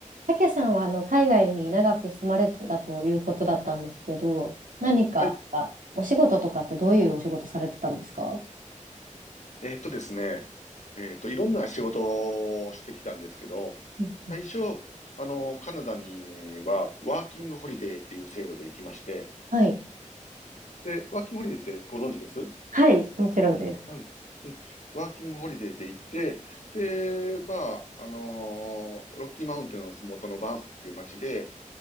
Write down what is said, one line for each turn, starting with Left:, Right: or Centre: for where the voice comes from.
Right: たけさんはあの海外に長く住まれてたということだったんですけど、何かあお仕事とかってどういうお仕事されてたんですか
Left: はい。えーっとですね。えーっと、いろんな仕事をしてきたんですけど、
Right: うんうん。
Left: 最初、あの、カナダには、ワーキングホリデーっていう制度で行きまして、
Right: はい。
Left: で、ワーキングホリデーってご存知です
Right: はい、もちろんです。
Left: はい。うん。ワーキングホリデーで行って、で、まあ、あのーロッキーマウンテンのふもとのバンフっていう街で、